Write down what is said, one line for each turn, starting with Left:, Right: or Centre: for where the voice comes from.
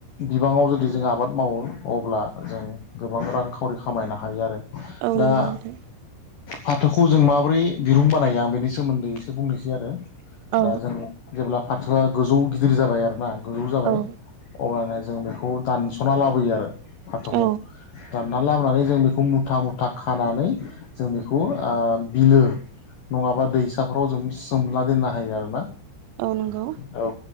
Left: बिबाङाव जुदि जों आबाद मावो अब्ला जों गोबां रां खावरि खामायनो हायो आरो।
Right: औ
Left: दा
Right: नोंगौ नोंथां
Left: फाथोखौ जों माबोरै दिरुं बानायो आं बेनि सोमोन्दै एसे बुंनोसै आरो
Right: औ
Left: दा जों जेब्ला फाथोआ गोजौ गिदिर जाबाय आरो ना गोजौ जाबाय
Right: औ
Left: अब्लानिया। जों बेखौ दान स'ना लाबोयो आरो फाथोखौ।
Right: औ
Left: दानना लाबोनानै जों बेखौ मुथा मुथा खानानै जों बेखौ ओ बिलो नङाबा दैसाफोराव जों सोमना दोननो हायो आरोना।
Right: औ नोंगौ।
Left: औ